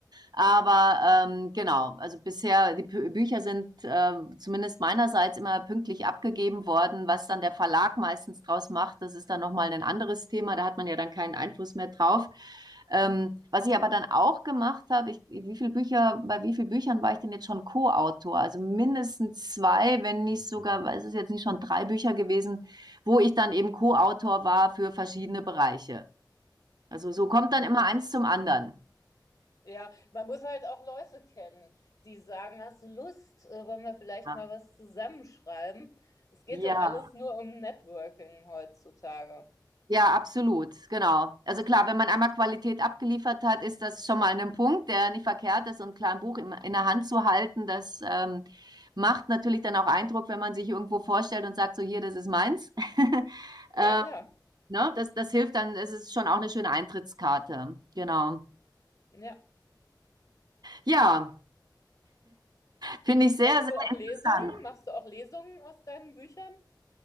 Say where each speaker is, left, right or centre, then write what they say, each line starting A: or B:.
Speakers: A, on the right (about 60°); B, on the left (about 50°).
A: Aber ähm, genau, also bisher, die Pü- Bücher sind äh, zumindest meinerseits immer pünktlich abgegeben worden. Was dann der Verlag meistens draus macht, das ist dann nochmal ein anderes Thema. Da hat man ja dann keinen Einfluss mehr drauf. Ähm, was ich aber dann auch gemacht habe, ich, wie viel Bücher, bei wie vielen Büchern war ich denn jetzt schon Co-Autor? Also mindestens zwei, wenn nicht sogar, weiß es jetzt nicht schon drei Bücher gewesen, wo ich dann eben Co-Autor war für verschiedene Bereiche. Also so kommt
B: Hm.
A: dann immer eins zum anderen.
B: Ja, man muss halt auch Leute kennen, die sagen, hast du Lust, äh, wollen wir vielleicht
A: Ah,
B: mal was zusammenschreiben? Es geht
A: Ja.
B: doch alles nur um Networking heutzutage.
A: Ja, absolut, genau. Also klar, wenn man einmal Qualität abgeliefert hat, ist das schon mal ein Punkt, der nicht verkehrt ist. Und klar, ein Buch in, in der Hand zu halten, das ähm, macht natürlich dann auch Eindruck, wenn man sich irgendwo vorstellt und sagt, so hier, das ist meins. <laughs>
B: Ja,
A: ähm,
B: klar.
A: ne? das, das hilft dann, es ist schon auch eine schöne Eintrittskarte. Genau.
B: Ja.
A: Ja, finde ich sehr,
B: Hältst
A: sehr
B: du auch Lesungen?
A: interessant.
B: Machst du auch Lesungen aus deinen Büchern?